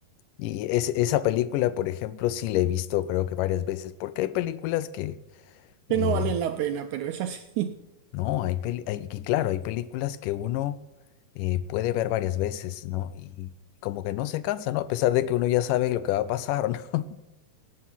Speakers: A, on the left; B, on the right.
A: Y es- esa película, por ejemplo, sí la he visto, creo que varias veces, porque hay películas que, eh,
B: que no valen la pena, pero es así.
A: No, hay peli- hay- y claro, hay películas que uno eh, puede ver varias veces, ¿no? Y, como que no se cansa, ¿no? A pesar de que uno ya sabe lo que va a pasar, ¿no? <laughs>